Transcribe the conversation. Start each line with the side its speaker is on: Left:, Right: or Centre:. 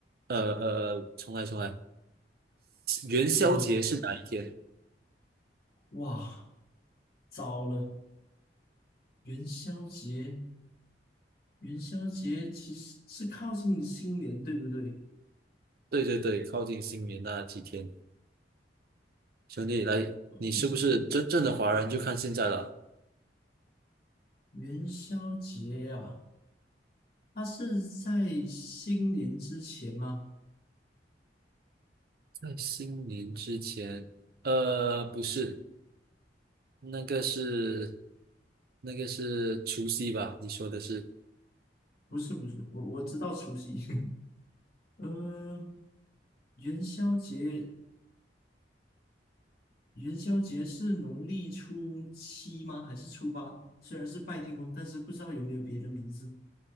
Right: 呃呃，重来重来，元宵节是哪一天？
Left: 嗯哼，哇，糟了，元宵节，元宵节其实是靠近新年，对不对？
Right: 对对对，靠近新年那几天。兄弟，来，
Left: 嗯，
Right: 你是不是真正的华人？就看现在了。
Left: 元宵节呀，啊它是在新年之前吗？
Right: 在新年之前，呃，不是，那个是那个是除夕吧？你说的是？
Left: 不是，不是，我我知道除夕。<laughs> 呃，元宵节元宵节是农历初七吗？还是初八？虽然是拜天公，但是不知道有没有别的名字。